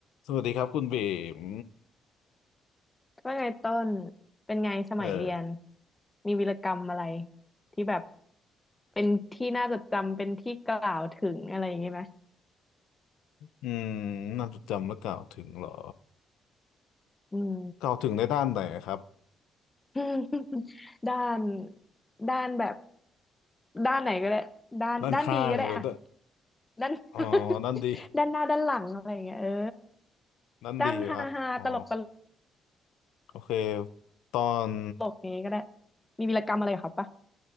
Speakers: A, on the left; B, on the left.
A: สวัสดีครับคุณเบม
B: ว่าไงต้นเป็นไงสมัยเรียน
A: เออ
B: มีวีรกรรมอะไรที่แบบเป็นที่น่าจดจำเป็นที่กล่าวถึงอะไรอย่างงี้ไหม
A: อืมน่าจดจำและกล่าวถึงเหรอ
B: อืม
A: กล่าวถึงในด้านไหนครับ
B: <laughs> ด้านด้านแบบด้านไหนก็ได้ด้านด้านดีก็ได้อะ
A: ด้านข้างหรือด้าน
B: ด้าน
A: อ๋อด้านดี
B: <laughs> ด้านหน้าด้านหลังอะไรอย่างเงี้ยเออ
A: ด้านดีครับ
B: ด้านฮาฮาตลกต
A: อ๋อ โอเค ตอน
B: ลกอย่างงี้ก็ได้มีวีรกรรมอะไรกับเขาปะ